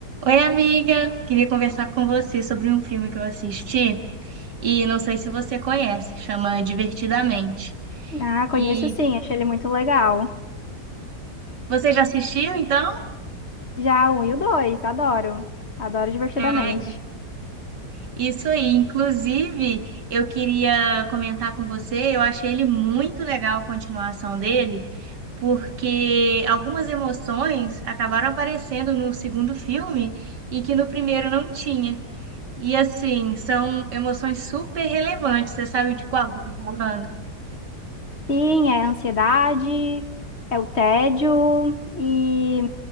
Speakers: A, on the right; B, on the left.
A: Oi, amiga! Queria conversar com você sobre um filme que eu assisti e não sei se você conhece, chama Divertidamente.
B: Ah, conheço
A: E
B: sim, achei ele muito legal.
A: você já assistiu, então?
B: Já o um e o dois, adoro. Adoro divertidamente.
A: Ai, isso aí. Inclusive, eu queria comentar com você, eu achei ele muito legal a continuação dele, porque algumas emoções acabaram aparecendo no segundo filme e que no primeiro não tinha. E assim, são emoções super relevantes. Você sabe de qual que eu tô falando?
B: Sim, é a ansiedade, é o tédio e